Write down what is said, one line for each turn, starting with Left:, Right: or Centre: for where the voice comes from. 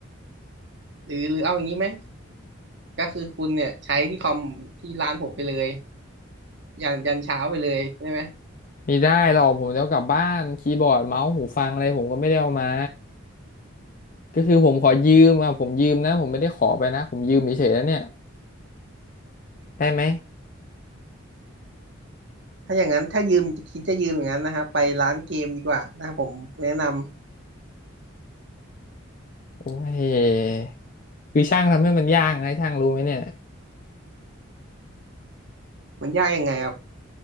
Right: หรือหรือเอาอย่างนี้ไหมก็คือคุณเนี่ยใช้ที่คอมที่ร้านผมไปเลยยันยันเช้าไปเลยได้ไหม
Left: ไม่ได้หรอกผมจะเอากลับบ้านคีย์บอร์ดเมาส์หูฟังอะไรผมก็ไม่ได้เอามาก็คือผมขอยืมอ่ะผมยืมนะผมไม่ได้ขอไปนะผมยืมเฉยๆแล้วเนี่ยได้ไหม
Right: ถ้าอย่างนั้นถ้ายืมจะคิดจะยืมอย่างนั้นนะฮะไปร้านเกมดีกว่านะครับผมแนะนำ
Left: โอ้ยคือช่างทำให้มันยากนะช่างรู้ไหมเนี่ย
Right: มันยากยังไงครับ